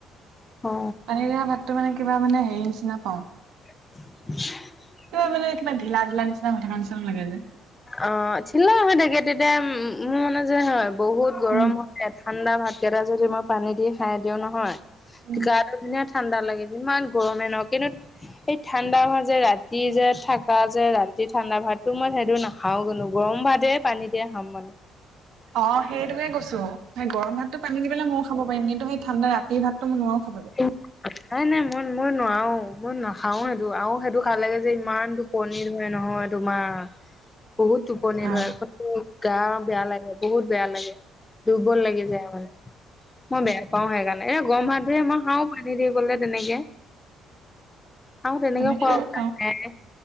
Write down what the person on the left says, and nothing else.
অ
<inaudible>
অ ঢিলা নহয় তাকে তেতিয়া মোৰ মান যে হয় বহুত গৰম
হৈ তাঁত ঠাণ্ডা ভাতকেইটা যদি মই পানী দি খাই দিও নহয়
গাটো ধুনীয়া ঠাণ্ডা লাগে ইমান গৰমে নহ কিন্তু সেই ঠাণ্ডা হয় যে ৰাতি যে থকা যে ৰাতি ঠাণ্ডা ভাতো মই সেইটো নাখাওঁ কিন্তু গৰম ভাতে পানী দিয়ে খাম মানে
অ নাই নাই মই মই নোৱাৰো মই নাখাও সেইটো আৰু সেইটো খালে যে ইমান টোপনি ধৰে নহয় তোমাৰ বহুত টোপনি
ধৰে গা বেয়া লাগে বহুত বেয়া লাগে দুৰ্বল লাগি যায় মানে মই বেয়া পাওঁ সেইকাৰণে এ গৰম হাতেৰে মই খাওঁ পানী দি গলে তেনেকে আৰু তেনেকেও
খোৱা
অভ্যাস
নাই